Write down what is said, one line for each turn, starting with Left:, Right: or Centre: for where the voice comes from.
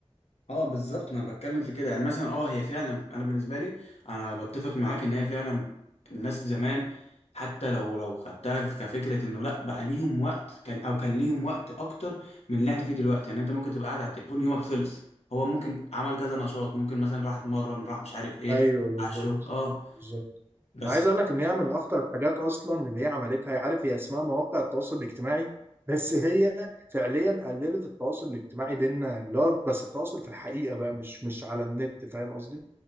Left: اه بالظبط ما انا بتكلم في كده يعني مثلا اه هي فعلا انا بالنسبه لي انا بتفق معاك ان هي فعلا الناس زمان حتى لو لو خدتها كفكره انه لا بقى ليهم وقت كان او كان ليهم وقت اكتر من اللي احنا فيه دلوقتي يعني انت ممكن تبقى قاعد على التليفون يومك خلص هو ممكن عمل كذا نشاط ممكن مثلا راح اتمرن راح مش عارف ايه
Right: أيوه بالظبط
Left: على الشغل اه
Right: بالظبط
Left: بس
Right: انا عايز اقول لك ان هي من اخطر الحاجات اصلا اللي هي عملتها عارف هي اسمها مواقع التواصل الاجتماعي <laughs> بس هي فعليا قللت التواصل الاجتماعي بيننا اللي هو بس التواصل في الحقيقه بقى مش مش على النت فاهم قصدي؟